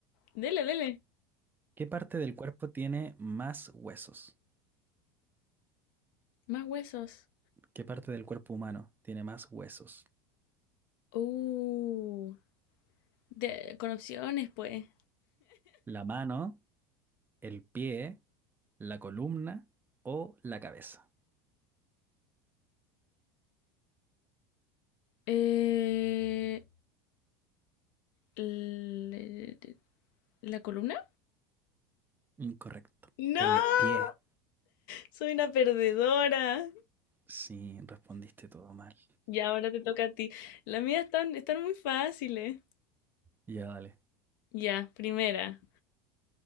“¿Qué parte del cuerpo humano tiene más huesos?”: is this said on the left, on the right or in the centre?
Right